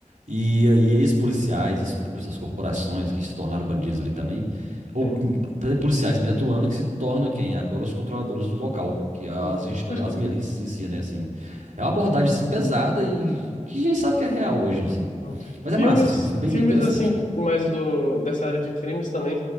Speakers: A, on the right (about 80°); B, on the left (about 90°).
A: e aí ex-policiais expulsos das corporações que se tornaram bandidos ali também. Ou
B: sim,
A: p- policiais mesmo atuando que se torna quem? Agora os controladores do local, que é as,
B: sim.
A: gente chama-
B: Acho que
A: as milícias em si, né? Assim, é uma abordagem assim, pesada e que a gente sabe que é real hoje, assim.
B: hum,
A: Mas é
B: filmes,
A: massa, assim, é um filme bem,
B: filmes
A: bem interessante,
B: assim,
A: cara.
B: mais do dessa área de crimes também.